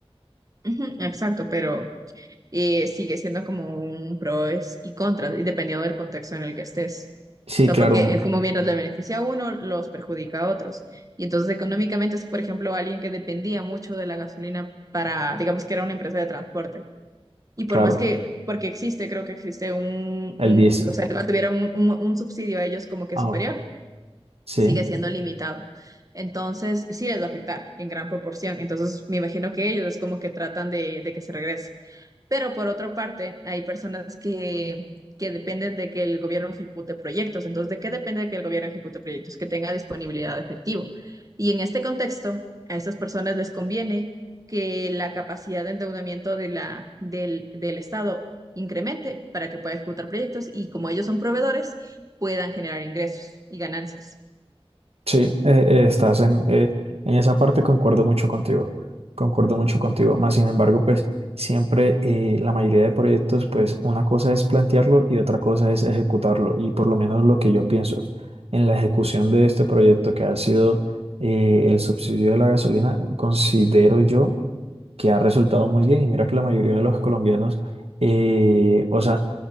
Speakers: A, on the right; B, on the right.
A: ujú, exacto, pero eh, sigue siendo como un pros y contras, y dependiendo del contexto en el que estés.
B: Sí,
A: O sea,
B: claro,
A: porque
B: un-
A: eh, Ok. como mientras le beneficia a uno, los perjudica a otros. Y entonces económicamente es, por ejemplo, alguien que dependía mucho de la gasolina para, digamos que era una empresa de transporte. Y por
B: claro,
A: más que, porque existe, creo que existe un,
B: el
A: un-
B: 10
A: o sea, no tuvieron un, un- un subsidio a ellos como que
B: ah,
A: superior,
B: ok, sí,
A: sigue siendo limitado. Entonces, sí les va a afectar en gran proporción. Entonces, me imagino que ellos es como que tratan de de que se regrese. Pero por otra parte, hay personas que, que dependen de que el gobierno ejecute proyectos. Entonces, ¿de qué depende de que el gobierno ejecute proyectos? Que tenga disponibilidad de efectivo. Y en este contexto, a estas personas les conviene que la capacidad de endeudamiento de la, del, del Estado incremente para que pueda ejecutar proyectos y como ellos son proveedores, puedan generar ingresos y ganancias.
B: Sí, eh, eh, estás en, eh, en esa parte, concuerdo mucho contigo, concuerdo mucho contigo, más sin embargo, pues siempre eh, la mayoría de proyectos, pues una cosa es plantearlo y otra cosa es ejecutarlo, y por lo menos lo que yo pienso en la ejecución de este proyecto que ha sido eh, el subsidio de la gasolina, considero yo que ha resultado muy bien. Y mira que la mayoría de los colombianos, eh, o sea,